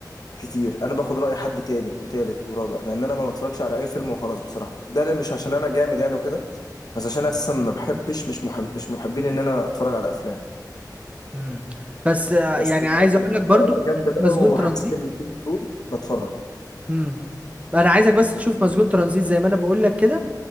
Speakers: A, on the left; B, on the right.
A: كتير انا باخد راي حد تاني وتالت ورابع لان انا ما بتفرجش على اي فيلم وخلاص بصراحه ده مش عشان انا جامد يعني وكده بس عشان اساسا ما بحبش مش محب مش محبين ان انا اتفرج على افلام
B: مم. بس آه،
A: بس
B: يعني
A: لا
B: عايز اقول
A: اخدت
B: لك برضو
A: اراء جامده
B: شوف
A: بقى
B: مسجون
A: وحسيت
B: ترانزيت
A: ان في فضول بتفرج
B: امم انا عايزك بس تشوف مسجون ترانزيت زي ما انا بقول لك كده